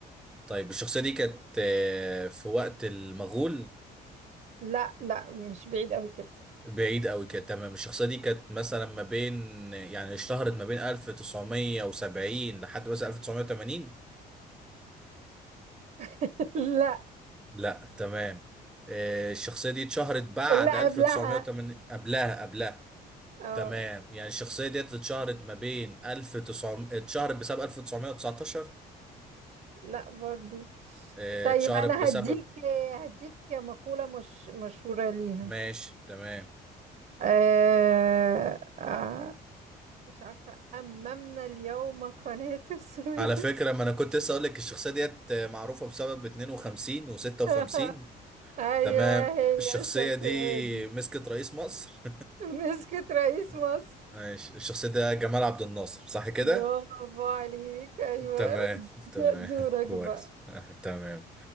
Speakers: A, in the centre; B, on the right (about 55°).
A: طيب الشخصية دي كانت آه، في وقت المغول
B: لا لا مش بعيد قوي كده
A: بعيد قوي كده تمام الشخصية دي كانت مثلا ما بين يعني اشتهرت ما بين 1970 لحد مثلا 1980
B: <laughs> لا
A: لا تمام آه، الشخصية دي اتشهرت بعد
B: لا
A: 1980
B: قبلها
A: قبلها قبلها
B: اه
A: تمام يعني الشخصية دي اتشهرت ما بين 1900 اتشهرت بسبب 1919
B: لا برضو
A: آه،
B: طيب
A: اتشهرت
B: انا
A: بسبب
B: هديك هديك مقولة مش مشهورة ليها
A: ماشي تمام
B: آه آه مش عارفة أممنا اليوم قناة السويس
A: على فكرة ما انا كنت لسه اقول لك الشخصية ديت معروفة بسبب 52 و56
B: <laughs> أيوة
A: تمام
B: هي
A: الشخصية
B: الشخصية
A: دي
B: دي
A: مسكت رئيس مصر
B: مسكت رئيس
A: <laughs>
B: مصر
A: ماشي الشخصية ده جمال عبد الناصر صح كده؟
B: برافو عليك أيوة
A: تمام تمام
B: دورك
A: <laughs> كويس
B: بقى
A: <laughs> تمام